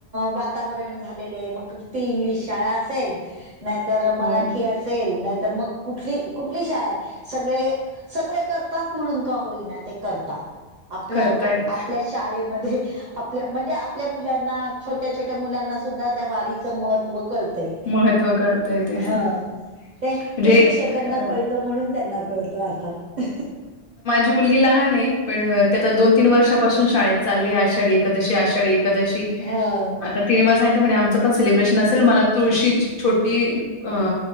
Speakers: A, on the right; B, on the left.
A: वातावरण झालेलं आहे, मग ती इंग्लिश शाळा असेल. नाहीतर मराठी
B: हो
A: असेल, नाहीतर मग कुठली, कुठली शाळा आहे. सगळे सगळे करतात म्हणून का होईना ते करतात, आपल्यात
B: करतायत
A: -आपल्या शाळेमध्ये आपल्या, म्हणजे आपल्या मुलांना छोट्या -छोट्या मुलांना सुद्धा त्या वारीचं महत्त्व कळतंय.
B: महत्त्व कळतय तेसन,
A: हो
B: म्हणजे
A: ते ते शिक्षकांना
B: अ
A: कळलं म्हणून त्यांना कळत अर्थात.
B: ती मुलगी लहान हेय, पण ती आता दोन -तीन वर्षापासून शाळेत चालली आषाढी- एकादशी आषाढी -एकादशी.
A: हो
B: आता तिने मला सांगीतले म्हणे आमचं पण सेलिब्रेशन असेल मला तुळशीची, छोटी अ